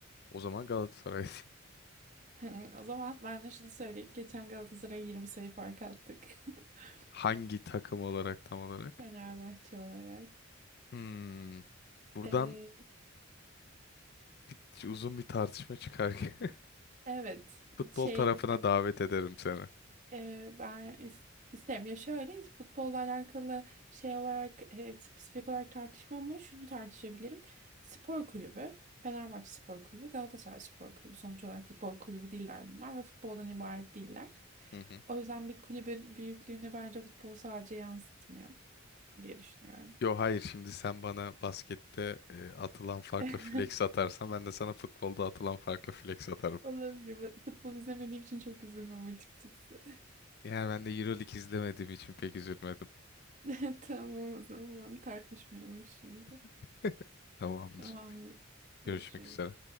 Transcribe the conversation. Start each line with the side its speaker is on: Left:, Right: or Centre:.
Left: O zaman Galatasaray <laughs>
Right: Hı, O zaman ben de şunu söyleyeyim. Geçen Galatasaray'a 20 sayı fark attık. <laughs>
Left: Hangi takım olarak tam olarak?
Right: Fenerbahçe olarak.
Left: Hmm. Buradan
Right: Ee,
Left: bir- uzun bir tartışma çıkar ki. <laughs>
Right: evet
Left: Futbol
Right: şey
Left: tarafına davet ederim seni.
Right: e, ben is- isterim. Ya şöyle futbolla alakalı şey olarak e, spesifik olarak tartışmam ama şunu tartışabilirim. Spor kulübü, Fenerbahçe Spor Kulübü, Galatasaray Spor Kulübü sonuç olarak futbol kulübü değiller bunlar ve futboldan ibaret değiller.
Left: Hı hı.
Right: O yüzden bir kulübün büyüklüğünü bence futbol sadece yansıtmıyor diye düşünüyorum.
Left: Yo hayır şimdi sen bana baskette e, atılan farklı
Right: <laughs>
Left: flex atarsan ben de sana futbolda atılan farklı flex atarım.
Right: Olabilir. Bu- Futbol izlemediğim için çok üzülmem açıkçası.
Left: Yani ben de Euroleague izlemediğim için pek üzülmedim.
Right: <laughs> Tamam o zaman tartışmayalım şimdi.
Left: <laughs> Tamamdır.
Right: Tamamdır. Görüşürüz.
Left: Görüşmek üzere.